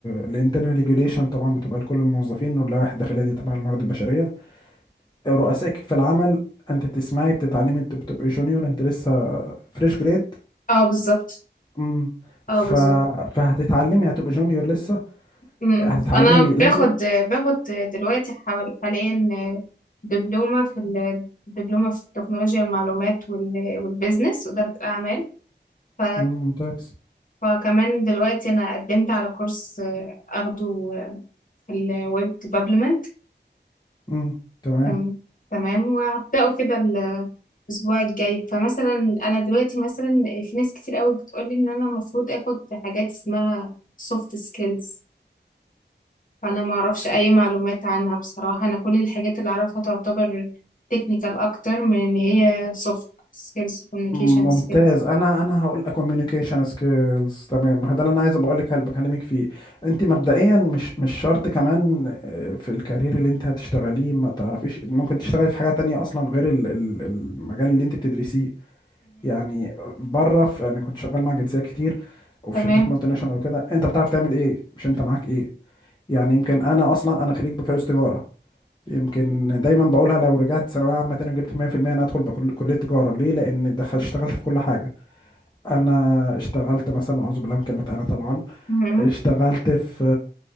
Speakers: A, on the left; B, on the left.
A: الانترنال ريجوليشن طبعا بتبقى لكل الموظفين واللوائح الداخلية دي تبع الموارد البشرية رؤسائك في العمل انت بتسمعي بتتعلمي انت بتبقي جونيور انت لسه فريش جريد
B: اه بالظبط
A: امم ف...
B: اه بالظبط
A: فهتتعلمي هتبقى جونيور لسه
B: مم.
A: هتتعلمي
B: انا
A: لازم
B: باخد باخد دلوقتي حوالي حاليا دبلومه في ال- دبلومه في التكنولوجيا والمعلومات وال- والبيزنس واداره الاعمال ف...
A: مم، ممتاز
B: فكمان دلوقتي انا قدمت على كورس اخده في الويب ديفلوبمنت
A: امم تمام
B: تم... تمام وهبداه كده الاسبوع الجاي فمثلا انا دلوقتي مثلا في ناس كتير قوي بتقولي ان انا المفروض اخد حاجات اسمها سوفت سكيلز فانا ما اعرفش اي معلومات عنها بصراحه انا كل الحاجات اللي اعرفها تعتبر تكنيكال اكتر من ان هي سوفت سكيلز كوميونيكيشن
A: ممتاز
B: سكيلز
A: انا انا هقول لك communication skills تمام ما ده اللي انا عايز ابقى لك بكلمك فيه انت مبدئيا مش مش شرط كمان آه، في الكارير اللي انت هتشتغليه ما تعرفيش ممكن تشتغلي في حاجه تانية اصلا غير ال- ال- المجال اللي انت بتدرسيه يعني بره في انا كنت شغال مع جنسيات كتير وفي
B: تمام
A: شركات مالتي ناشونال وكده انت بتعرف تعمل ايه مش انت معاك ايه يعني يمكن انا اصلا انا خريج بكالوريوس تجاره يمكن دايما بقولها لو رجعت ثانويه عامه تاني وجبت 100% انا ادخل بكل كليه تجاره ليه لان دخل اشتغلت في كل حاجه انا اشتغلت مثلا اعوذ بالله من كلمه انا طبعا
B: مهم.
A: اشتغلت في